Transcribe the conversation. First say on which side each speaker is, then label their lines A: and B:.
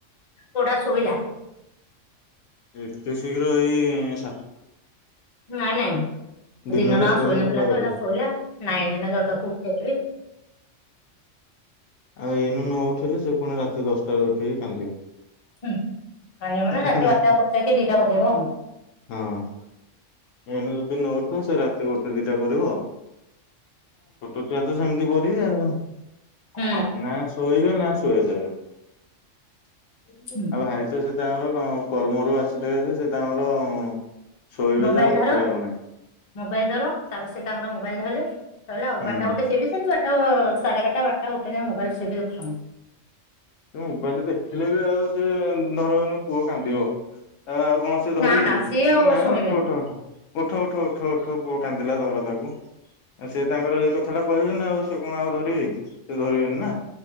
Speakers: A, on the left (about 40°); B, on the left (about 80°).
A: ପୁଅଟା ଶୋଇଲା।
B: ଏତେ ଶୀଘ୍ର ଏଇ-ଇ-ଇ-ଇ
A: ନାଇଁ ନାଇଁ
B: ଦିନରେ
A: ଦିନ ଟା
B: ଶୋଇ
A: ସୋଇନଥିଲା
B: ନଥିଲା
A: ତ,
B: ବୋଧେ।
A: ଏଇନା ଶୋଇଲା, ନାଇଁ ଏଇନା ଯାଉଛି ତାକୁ ଉଠେଇଦେବି।
B: ଆଉ ଏଇନୁ ନ ଉଠେଇଲେ, ସେ ପୁଣି ରାତି ଦଶଟାରେ ଉଠେଇକି କାନ୍ଦିବ।
A: ହୁଁ ମାନିବ ମାନେ ରାତି
B: ନା
A: ବାରଟା ଗୋଟେ କି ଦିଟା ବଜେଇବ ଆଉ।
B: ହଁ ଏଇନେ ଯଦି ନ ଉଠିବ ସେ ରାତି ଗୋଟେ ଦିଟା କରିବୁ ଆଉ। ଛୋଟ ଛୁଆ ତ ସେମିତି କରିବେ ଆଉ।
A: ହଁ
B: ନା ଶୋଇବେ ନା ଶୋଆଇଦେବେ। <inaudible>
A: ହୁଁ
B: ଆଉ ଭାଇ ତ ସେ ତାଙ୍କର କ କର୍ମରୁ ଆସିଥାଏ, ଯେ ସେ ତାଙ୍କର ଶୋଇବେ
A: ମୋବାଇଲ
B: ଯେ ଆଉ ଉଠିବାର
A: ଧର,
B: ନାହିଁ
A: ମୋବାଇଲ ଧର। ତାପରେ ସେ ତାଙ୍କର ମୋବାଇଲ ଧରିଲେ। ତହେଲା ଆଉ
B: ହୁଁ।
A: ବାଟା ବଟି ସେ ବି ସେମିତି ବାଟ୍ ତ ସାଢ଼େ ଏଗାରଟା, ବାରଟା, ଗୋଟେ, ଯାଇ ମୋବାଇଲ ସେ ବି ଦେଖୁଛନ୍ତି।
B: ମୋବାଇଲରେ ଦେଖିଲେ ବି, ଆଉ ସେ ଧର ଏଇନେ ପୁଅ କାନ୍ଦିବ। ଆ ଆଉ କୌଣସି ଧରିବେ
A: ନା ନା
B: କି,
A: ସିଏ ଆଉ
B: ନାଇ
A: ଶୁଣିବେନି।
B: ଉଠ ଉଠ ଉଠ। ଉଠ ଉଠ ଉଠ ଉଠ ପୁଅ କାନ୍ଦିଲା ଧର ତାକୁ। ଆଉ ସେ ତାଙ୍କର ଏଇ କଥା କଥାଟା କହିବେନି ଆଉ, ସେ କଣ ଆଉ ଧରିବେ କି, ସେ ଧରିବେନି ନା।